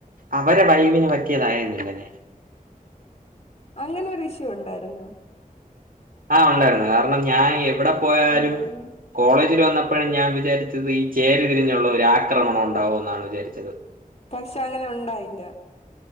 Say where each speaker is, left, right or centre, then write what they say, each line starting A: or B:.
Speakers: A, on the right (about 70°); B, on the left (about 45°).
A: അവരെ വൈവിന് പറ്റിയതായിരുന്നില്ല ഞാന്
B: അങ്ങനെൊ ഒരു ഇഷ്യു ഉണ്ടായിരുന്നോ
A: ആഹ ഉണ്ടായിരുന്നു കാരണം ഞാൻ എവിടെ പോയാലും
B: ആഹ് ആഹ്
A: കോളേജിൽ വന്ന ഇപ്പോഴും ഞാൻ വിചാരിച്ചത് ഈ ചേരിതിരിഞ്ഞുള്ള ഒരു ആക്രമണം ഉണ്ടാവോ എന്നാണ് വിചാരിച്ചത്.
B: പക്ഷെ അങ്ങനെ ഉണ്ടായില്ല